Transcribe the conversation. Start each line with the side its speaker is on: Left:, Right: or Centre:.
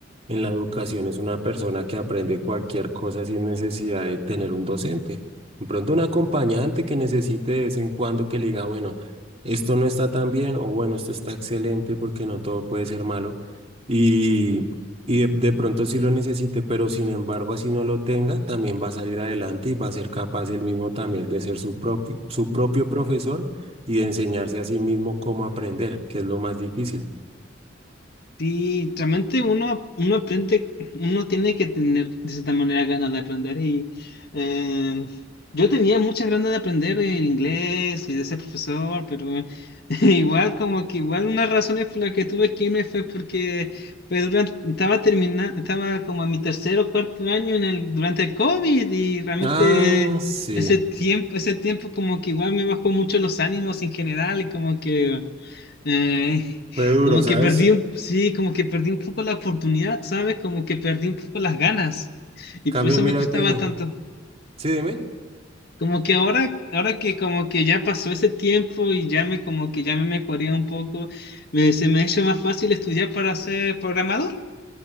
Right: en la educación es una persona que aprende cualquier cosa sin necesidad de tener un docente. De pronto un acompañante que necesite de vez en cuando que le diga, bueno, esto no está tan bien o bueno, esto está excelente porque no todo puede ser malo. Y, y de, de pronto sí lo necesite, pero sin embargo así no lo tenga, también va a salir adelante y va a ser capaz él mismo también de ser su propio, su propio profesor y de enseñarse a sí mismo cómo aprender, que es lo más difícil.
Left: Sí, realmente uno, uno aprende, uno tiene que tener de cierta manera ganas de aprender y eh, yo tenía muchas ganas de aprender el inglés y de ser profesor, pero <laughs> igual como que igual una razón es por la que tuve que irme fue porque pues, durante- estaba terminando, estaba como en mi tercer o cuarto año en el, durante el COVID y realmente
Right: Ah, sí,
Left: ese tiempo, ese tiempo como que igual me bajó mucho los ánimos en general y como que Eh,
Right: fue duro,
Left: como
Right: ¿sabes?
Left: que perdí un, sí, como que perdí un poco la oportunidad, ¿sabes? Como que perdí un poco las ganas. Y
Right: Cambio,
Left: por eso
Right: mira
Left: me costaba
Right: que,
Left: tanto.
Right: sí, dime,
Left: Como que ahora, ahora que como que ya pasó ese tiempo y ya me como que ya me mejoré un poco, me- se me ha hecho más fácil estudiar para ser programador.